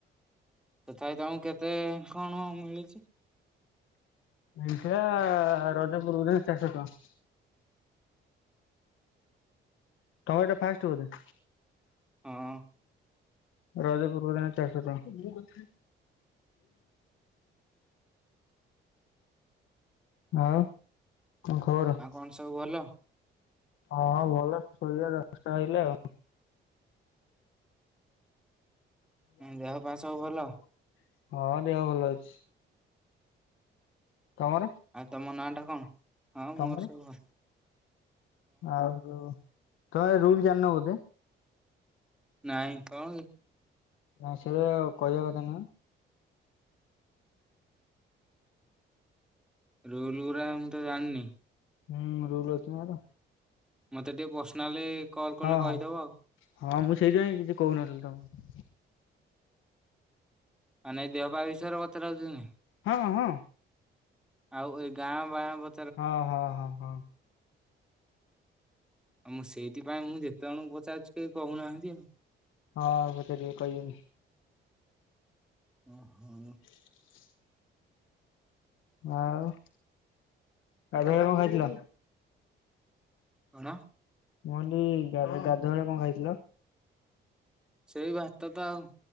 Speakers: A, in the centre; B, on the left.
A: ତଥାପି ତମକୁ କେତେ କଣ ମିଳିଚି।
B: ହେଇରା ରଜ ପୂର୍ବରୁ ଚାରିଶହ ଟଙ୍କା। ତମର ଏଟା ଫାଷ୍ଟ ବୋଧେ।
A: ହଁ।
B: ରଜ ପୂର୍ବଦିନ ଚାରିସହ ଟଙ୍କା। ଆଉ କଅଁ ଖବର।
A: ଆଉ କଣ ସବୁ ଭଲ?
B: ହଁ ଭଲ ଶୋଇବା ଦଶଟା ବାଜିଲା ଆଉ।
A: ଦେହ ପା ସବୁ ଭଲ
B: <unintelligible> ହଁ ଦେହ ଭଲ ଅଛି। ତମର।
A: ଆଉ ତମ ନାଁ ଟା କଣ ହଁ ମୋର
B: ତମର
A: ସୁଭ।
B: ଆଉ ତମେ ଏ ରୁଲ ଜାଣିନ ବୋଧେ।
A: ନାଇଁ କଣ କି।
B: ହଁ ସେଇଆ କହିବା କଥା ନୁହଁ।
A: ରୁଲଗୁରା ମୁଁ ତ ଜାଣିନି।
B: ହୁଁ ରୁଲ ଅଛିନା ଏରା।
A: ମତେ ଟିକେ ପର୍ସନାଲ କଲ୍ କଲେ
B: ହଁ
A: କହିଦେବ
B: ହଁ।
A: ଆଉ।
B: ହଁ ମୁଁ ସେଇଥିପାଇଁ କିଛି କହୁନଥିଲି ତମକୁ।
A: ମାନେ ଏ ଦେହ ପା ବିଷୟରେ ପଚରା ପୁଚୁରି ନାହିଁ।
B: ହଁ ହଁ।
A: ଆଉ ଏଇ ଗାଁ ବାଁ ବ
B: ହଁ ହଁ ହଁ ହଁ।
A: ମୁଁ ସେଇଥିପାଇଁ ମୁଁ ଯେତେ ଜଣଙ୍କୁ ପଚାରୁଚି କେହି କହୁନାହାନ୍ତି ଆଉ।
B: ହଁ ଆଉ ପଚାରିବେ କହିବେନି।
A: ଓହୋ।
B: <inaudible> ଆଉ ଗାଧୁଆ ବେଳେ କଣ ଖାଇଥିଲ?
A: କଣ?
B: ମୁଁ କହଲି ଗା ଗାଧୁଆବେଳେ କଣ ଖାଇଥିଲ?
A: ସେଇ ଭାତ ତ ଆଉ।